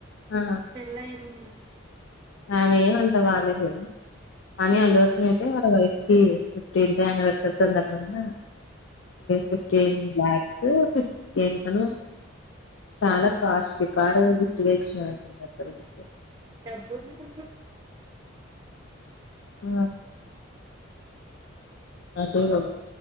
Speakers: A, on the left; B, on the right.
A: ఆ!
B: పెళ్లయింది
A: ఆమెఆమె అంతా బాలేదు కానీ అల్లుఅర్జున్ అయితే వాళ్ వైఫ్ కి ఫిఫ్టీన్ అన్నివేసరి సందర్భంగా ఫిఫ్టీలక్ ఫిఫ్టీ ఎంతనో చాలా కాస్ట్లీ కారు గిఫ్ట్ ఎవడు అంత గా
B: డబ్బు ఉంది గా
A: ఆ అర్ధం కల